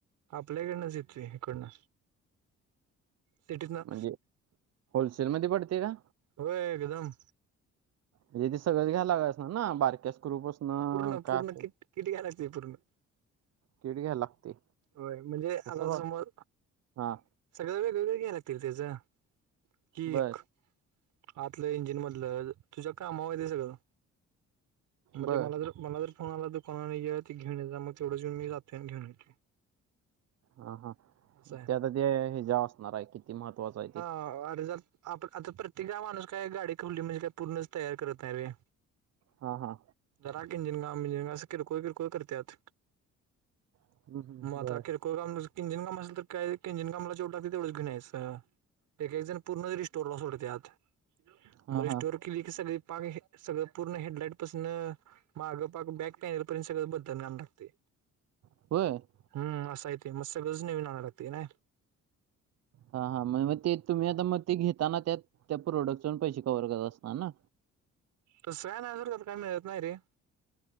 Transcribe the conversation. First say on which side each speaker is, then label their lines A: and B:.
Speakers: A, on the right (about 80°); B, on the right (about 55°).
A: आपल्याकडनंच येतोय इकडनं सिटीत न
B: म्हणजे होलसेल मध्ये पडते का
A: होय विनम
B: म्हजे ते सगळंच घ्यायला लागत असन ना बारक्या स्क्रू पसन
A: पूर्ण
B: का
A: पूर्ण
B: अस
A: किट किट घ्यायला लागते पूर्ण
B: किट घ्याय लागतेय
A: होय म्हणजे आता
B: तस ब
A: समज
B: हा
A: सगळं वेगवेेगळे घ या्या लागतील त्याचं कीक
B: बर
A: आतलं इंजिन मधलं तुझ्या कामावर हाय ते सगळं मग
B: बर
A: ते मला जर मला जर फोन आला दुकानाने त घेऊन ये जा मग तेवढं येऊन मी जातोय आणि घेऊन येतोय
B: हा हा
A: असं आहे.
B: ते आता ते ह्याच्या असणार आहे किती महत्त्वाचं आहे ते
A: <unintelligible> आप आता प्रत्येक गाव माणूस काय गाडी खोलली म्हणजे काय पूर्णच तयार करत नाही रे
B: हा हा
A: जरा किंजिनगा मिंजिगा अस किरकोळ किरकोळ कर त्यात
B: हम्म हम्म
A: म अता
B: बर
A: किरकोळ को काम किंजिन काम असल तर काय किंजिन कामला जेवढ लागतय तेवढंच घेऊन यायच एक एक जण पूर्णच रीस्टोरला सोडत्यात
B: हा
A: म रिस्टोर
B: हा
A: क्ली सग पा सगळं पूर्ण हेडलाइट तसन मागं पाक बॅक पॅनल पर्यंत सगळं बदल काम लागतेय
B: <inaudible>
A: हम् असाय ते म सगळच नविन अणाय लागतेय नाही
B: हा हा म मग ते तुम्ही आता मग ते घेताना त्या त्या प्रोडक्टचा पण पैसे कव्हवर करत असणार ना
A: तस काय नाही बर त्यात मिळत नाही रे